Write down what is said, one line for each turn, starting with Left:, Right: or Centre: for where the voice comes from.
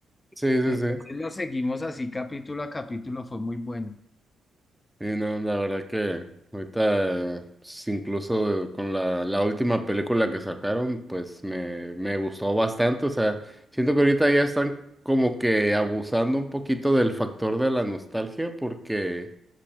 Centre: Sí, sí,
Left: entonces
Centre: sí.
Left: lo seguimos así capítulo a capítulo, fue muy bueno.
Centre: Y no, la verdad que ahorita, eh, s- incluso eh, con la, la última película que sacaron, pues me, me gustó bastante. O sea, siento que ahorita ya están como que abusando un poquito del factor de la nostalgia porque